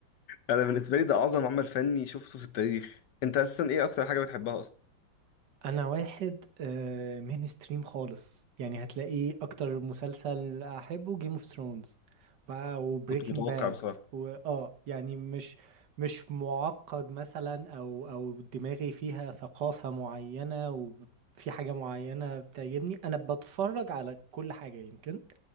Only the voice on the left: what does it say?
انا بالنسبه لي ده اعظم عمل فني شفته في التاريخ انت اصلا ايه اكتر حاجه بتحبها اصلا
كنت متوقع
بصراحه